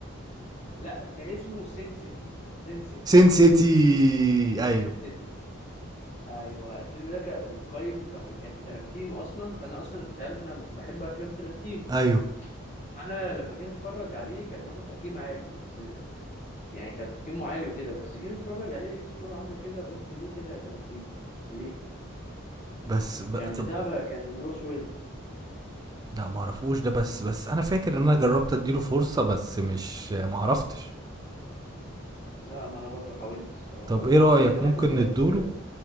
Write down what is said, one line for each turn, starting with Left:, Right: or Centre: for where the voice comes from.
Left: لا كان اسمه سينسيتي سينسيتي
Right: سين سيتي ايوه
Left: سينسيتي ايوه الفيلم ده كان متقيم كان كان تارانتينو اصلا فانا اصلا انت عارف انا بحب افلام تارانتينو
Right: ايوه
Left: فانا لما جيت اتفرج عليه كان واخد تقييم عالي بس يعني كان تقييمه عالي وكده بس جيت اتفرج عليه لقيت الصورة عاملة كده قلت ليه كده يا تارانتينو ليه
Right: بس ب...
Left: كان
Right: طب
Left: بتاع بقى كان بروس ويلز
Right: لا ما اعرفوش ده بس بس انا فاكر ان انا جربت اديله فرصة بس مش ما عرفتش
Left: لا ما انا برضو حاولت الصراحة
Right: طب
Left: وخصوصا
Right: ايه رأيك
Left: ان انا
Right: ممكن
Left: كنت جت
Right: ندوله